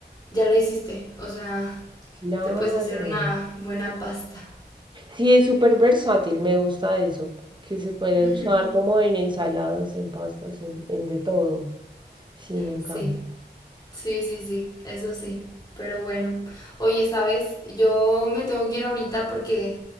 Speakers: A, on the left; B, on the right.
A: ya lo hiciste. O sea,
B: Claro.
A: te puedes hacer una buena pasta.
B: Sí, es súper versátil, me gusta eso, que se puede
A: Ujú.
B: usar como en ensaladas, en pastas, en, en de todo. Sí, me encanta.
A: Sí. Sí, sí, sí, eso sí. Pero bueno, oye, ¿sabes? Yo me tengo que ir ahorita porque